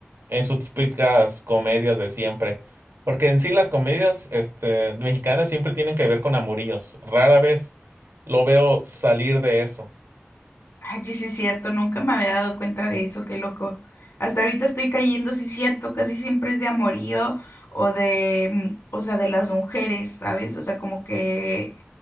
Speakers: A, on the right; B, on the left.
A: en sus típicas comedias de siempre. Porque en sí las comedias este, mexicanas siempre tienen que ver con amoríos. Rara vez lo veo salir de eso.
B: Ay, sí sí es cierto, nunca me había dado cuenta de eso, qué loco. Hasta ahorita estoy cayendo, sí es cierto, casi siempre es de amorío o de, mm, o sea, de las mujeres, ¿sabes? O sea, como que